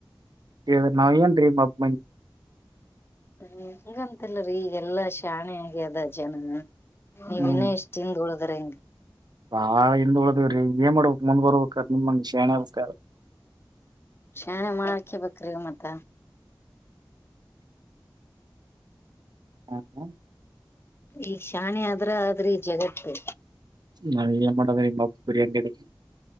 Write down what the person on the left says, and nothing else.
ಹ ಹಂಗಂತಲ್ಲರಿೀ ಈಗೆಲ್ಲಾ ಶಾಣೆ ಆಗ್ಯ ಅದ ಜನ ನೀವ
ಇ ಎಷ್ಟ್ ದಿಂದೋಳ ೇ
ಶಾಣೆ ಮಾಡಕ ಬ್ರಿಗ ಮತ್ತ
ಈಗ ಶಾಣಿ ಆದ್ರ ಆದ್ರಿ ಜಗತ್ತು